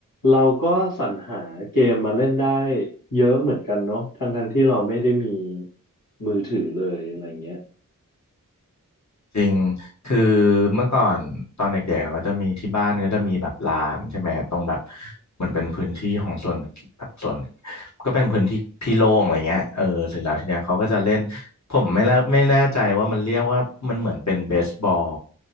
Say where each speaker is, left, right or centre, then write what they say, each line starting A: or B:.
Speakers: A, on the left (about 80°); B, on the left (about 55°).
A: เราก็สรรหาเกมมาเล่นได้เยอะเหมือนกันเนาะทั้งๆที่เราไม่ได้มีมือถือเลยอะไรเงี้ย
B: จริง คือเมื่อก่อนตอนเด็กๆก็จะมีที่บ้านก็จะมีแบบลานใช่ไหมตรงแบบเหมือนเป็นพื้นที่ของส่วนแบบส่วนก็เป็นพื้นที่พี่โล่งอะไรเงี้ยเออเสร็จแล้วทีเนี้ยเขาก็จะเล่นผมไม่แน่ไม่แน่ใจว่ามันเรียกว่ามันเหมือนเป็นเบสบอล